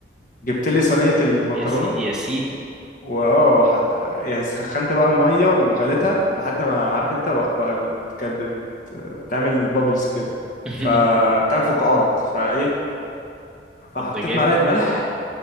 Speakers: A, on the left (about 50°); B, in the centre.
A: جبت لي صينيه المكرونه
B: يا سيدي يا سيدي
A: واه وحط يعني سخنت بقى الميه وغليتها لحد ما عارف انت بقى بقى بت... كانت بت... بتعمل بابلز كده
B: <laughs>
A: فبتعمل فقاعات فايه
B: طب
A: فحطيت
B: ده جامد
A: معلقه ملح